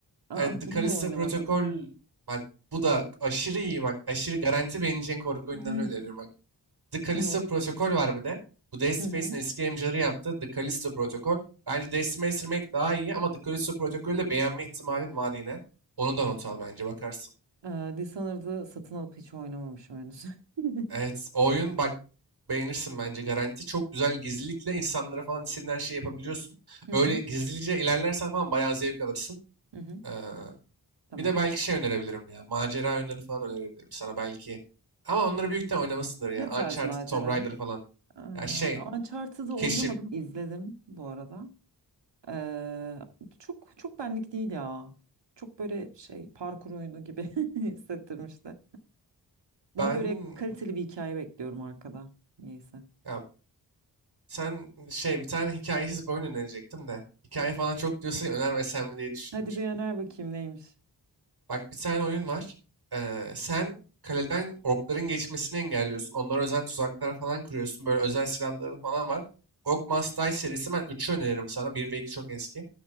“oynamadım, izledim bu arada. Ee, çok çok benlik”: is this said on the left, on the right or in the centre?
Right